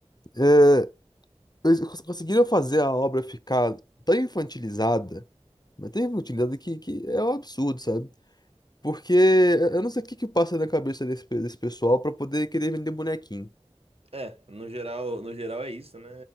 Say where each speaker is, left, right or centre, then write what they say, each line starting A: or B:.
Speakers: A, on the left (about 35°); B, on the right (about 60°).
A: é, eles cons- conseguiram fazer a obra ficar tão infantilizada, mas tão infantilizada que, que é um absurdo, sabe? Porque eu não sei o que que passa na cabeça desse, pe- desse pessoal pra poder querer vender bonequinho.
B: É, no geral, no geral é isso, né?